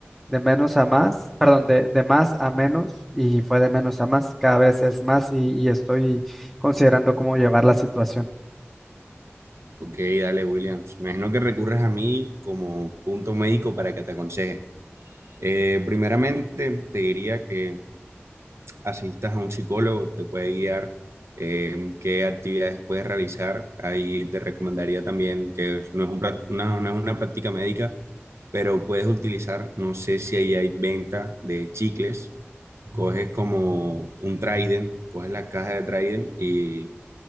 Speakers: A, in the centre; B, on the right.
A: de menos a más, perdón, de, de más a menos y fue de menos a más, cada vez es más y, y estoy considerando cómo llevar la situación.
B: Ok, dale, Williams. Me imagino que recurres a mí como punto médico para que te aconseje. Eh, primeramente, te diría que asistas a un psicólogo, te puede guiar eh, qué actividades puedes realizar. Ahí te recomendaría también que es- no es un prac- no- no es una práctica médica, pero puedes utilizar, no sé si ahí hay venta de chicles, coges como un Trident, coges la caja de Trident y